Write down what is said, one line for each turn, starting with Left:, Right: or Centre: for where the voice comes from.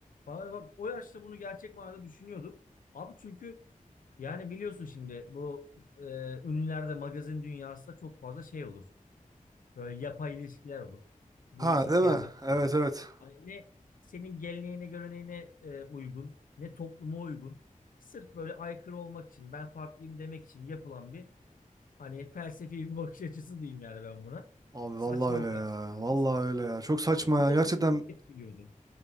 Left: Vallahi bak o yaşta bunu gerçek manada düşünüyordum. Abi çünkü yani biliyorsun şimdi bu e, ünlülerde magazin dünyasında çok fazla şey olur. Böyle yapay ilişkiler olur. Değişik
Right: Ha, değil
Left: kıyafetler
Right: mi? Evet,
Left: olur.
Right: evet.
Left: Hani ne senin geleneğine göreneğine e, uygun ne topluma uygun. Sırf böyle aykırı olmak için ben farklıyım demek için yapılan bir hani felsefi bir bakış açısı diyeyim yani ben buna.
Right: Abi
Left: Saçma
Right: vallahi öyle
Left: bir
Right: ya.
Left: felsefe yalnız.
Right: Vallahi öyle ya. Çok saçma
Left: O
Right: ya.
Left: da
Right: Gerçekten
Left: bizi çok etkiliyordu.